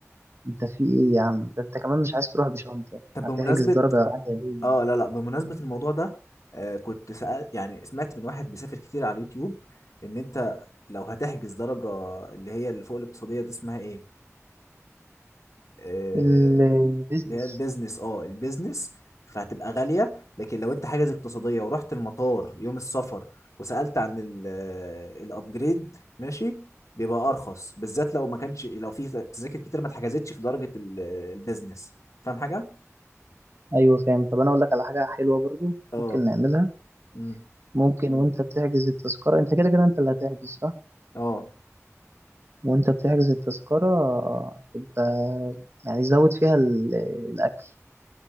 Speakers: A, on the right (about 50°); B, on the left (about 75°).
A: انت في ايه يا عم ده انت كمان مش عايز تروح بشنطه
B: طب
A: هتحجز
B: بمناسبه
A: درجه عاليه ليه
B: اه لا لا بمناسبه الموضوع ده آه كنت سأل يعني سمعت من واحد بيسافر كتير على اليوتيوب ان انت لو هتحجز درجه اللي هي اللي فوق الاقتصاديه دي اسمها ايه آه،
A: البيزنس
B: اللي هي البيزنس اه البيزنس فهتبقى غالية لكن لو انت حاجز اقتصادية ورحت المطار يوم السفر وسألت عن الابجريد ماشي بيبقى ارخص بالذات لو ما كانش لو في تذاكر كتير ما اتحجزتش في درجة ال- البيزنس فاهم حاجة؟
A: ايوه فاهم طب انا اقول لك على حاجه حلوه برضو
B: اه
A: ممكن نعملها
B: امم
A: ممكن وانت بتحجز التذكره انت كده كده انت اللي هتحجز صح
B: اه
A: وانت بتحجز التذكره يبقى يعني زود فيها ال- الاكل